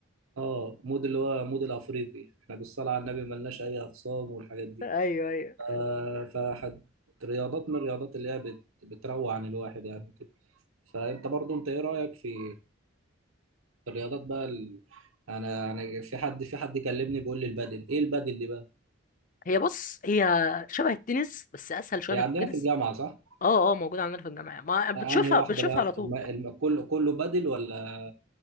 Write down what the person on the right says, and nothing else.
اه مود اللي هو مود الافريقي احنا بالصلاه على النبي ملناش اي اخصام والحاجات دي
ف- فحد رياضات من الرياضات اللي هي بت... بتروع عن الواحد يعني كده فانت برضو انت ايه رايك في في الرياضات بقى ال... انا انا في حد في حد كلمني بيقول لي البدل ايه البدل دي بقى
هي
عندنا
في الجامعه صح
انهي واحده
بقى
الم... الم... كله كله بدل ولا